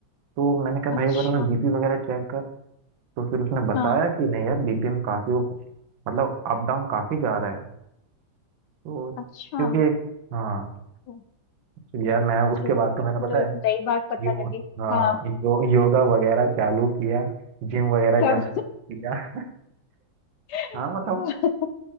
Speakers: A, on the right; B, on the left.
A: तो मैंने कहा भाई
B: अच्छा
A: एक बार अपना बीपी वगैरह चेक कर तो फिर उसने बताया
B: हाँ
A: कि नहीं यार बीपी में काफी वो- मतलब अप डाउन काफी जा रहा है तो क्योंकि
B: अच्छा
A: हाँ
B: तो
A: तो यार मैं उसके
B: चलो
A: बाद
B: मेरे
A: तो
B: की
A: मैंने
B: तो
A: पता
B: एक
A: है
B: नई बात पता
A: यो
B: लगी
A: हाँ
B: हाँ
A: यो, योगा वगैरह चालू किया जिम वगैरह
B: तब
A: जाना चालू किया
B: <laughs>
A: हाँ मतलब